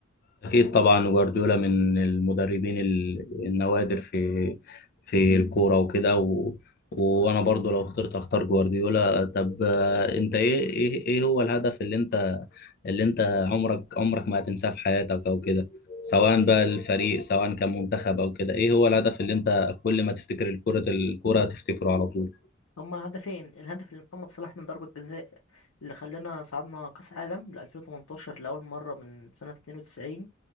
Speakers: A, on the left (about 50°); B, on the left (about 85°).
A: أكيد طبعا جوارديولا من المدربين ال- النوادر في في الكورة وكده و... وأنا برضو لو اخترت أختار جوارديولا طب آه، أنت إيه إيه إيه هو الهدف اللي أنت اللي أنت عمرك عمرك ما هتنساه في حياتك أو كده سواء بقى الفريق سواء كان منتخب أو كده إيه هو الهدف اللي أنت كل ما تفتكر الكرة الكرة هتفتكره على طول
B: هما هدفين الهدف اللي محمد صلاح من ضربة جزاء اللي خلانا صعدنا كأس عالم ل 2018 لأول مرة من سنة 92